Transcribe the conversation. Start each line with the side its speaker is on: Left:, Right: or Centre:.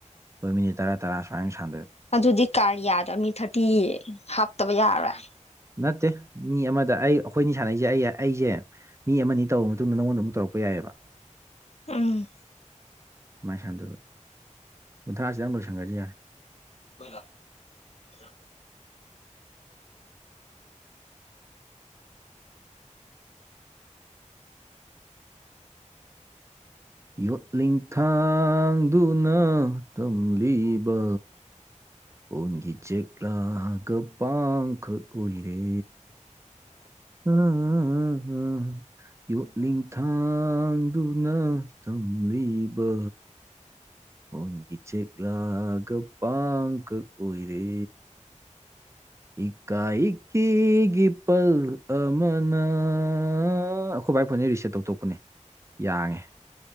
Right: ꯍꯣꯏ ꯃꯤꯅꯤꯠ ꯇꯔꯥ ꯇꯔꯥ ꯁꯨꯃꯥꯏꯟ ꯁꯥꯟꯅꯗꯣꯏꯕ
Left: ꯑꯗꯨꯗꯤ ꯀꯥꯔꯤꯌꯥꯗ ꯃꯤ ꯊꯥꯔꯇꯤ ꯍꯥꯞꯇꯕ ꯌꯥꯔꯔꯣꯏ
Right: ꯅꯠꯇꯦ ꯃꯤ ꯑꯃꯗ ꯑꯩ ꯑꯈꯣꯏꯅꯤ ꯁꯥꯟꯅꯩꯁꯦ ꯑꯩ ꯑꯩꯁꯦ ꯃꯤ ꯑꯃꯅꯤ ꯇꯧꯔ ꯃꯇꯨꯡꯗ ꯅꯉꯣꯟꯗ ꯑꯃꯨꯛ ꯇꯧꯔꯛ ꯄ ꯌꯥꯏꯌꯦꯕ
Left: ꯎꯝ
Right: ꯑꯃꯥꯏ ꯁꯥꯟꯗꯣꯏꯕ ꯀꯨꯟꯊ꯭ꯔꯥꯁꯤꯗꯪ ꯂꯣꯏꯁꯟꯒꯗꯤ ꯌꯥꯔꯦ
Left: <unintelligible>
Right: ꯌꯣꯠꯂꯤ ꯊꯥꯡꯗꯨꯅ ꯇꯝꯂꯤꯕ ꯄꯣꯟꯒꯤ ꯆꯦꯛꯂꯥꯒ ꯄꯥꯡꯈꯛ ꯑꯣꯏꯔꯦ <unintelligible> ꯌꯣꯠꯂꯤꯡ ꯊꯥꯡꯗꯨꯅ ꯊꯝ ꯂꯤꯕ ꯄꯣꯟꯒꯤ ꯆꯦꯛꯂꯒ ꯄꯥꯡ ꯀꯛ ꯑꯣꯏꯔꯦ ꯏꯀꯥꯏ ꯏꯀꯤꯒꯤ ꯄꯜ ꯑꯃꯅꯥ ꯑ ꯑꯩꯈꯣꯏ ꯕꯥꯥꯏ ꯐꯣꯟꯁꯦ ꯔꯤꯁꯦꯠ ꯇꯧꯊꯣꯛꯄꯅꯦ ꯌꯥꯡꯉꯦ